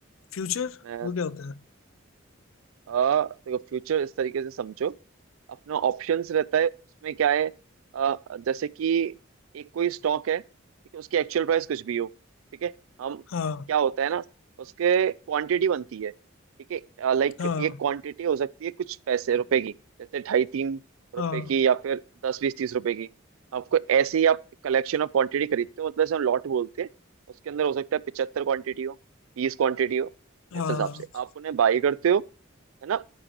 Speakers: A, on the left (about 75°); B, on the right (about 80°).
A: फ्यूचर
B: मैं
A: वो क्या होता है
B: आ, देखो फ्यूचर इस तरीके से समझो अपना ऑप्शंस रहता है उसमें क्या है आ, जैसे कि एक कोई स्टॉक है ठीक है उसकी एक्चुअल प्राइस कुछ भी हो ठीक है हम
A: हाँ
B: क्या होता है ना उसके क्वांटिटी बनती है ठीक है लाइक
A: हाँ
B: एक क्वांटिटी हो सकती है कुछ पैसे रुपए की जैसे ढाई तीन रुपए
A: हाँ
B: की या फिर दस बीस तीस रुपए की आपको ऐसे ही आप कलेक्शन ऑफ क्वांटिटी खरीदते हो मतलब जैसे हम लॉट बोलते हैं उसके अंदर हो सकता है 75 क्वांटिटी हो बीस क्वांटिटी हो
A: हाँ
B: इस हिसाब से आप उन्हें बाई करते हो है ना